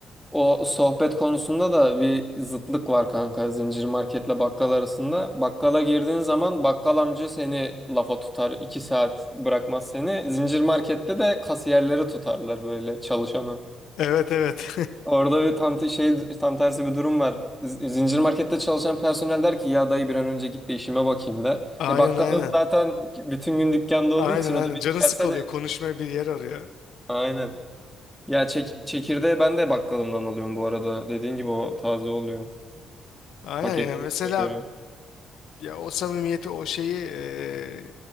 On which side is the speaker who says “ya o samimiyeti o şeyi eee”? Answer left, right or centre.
Left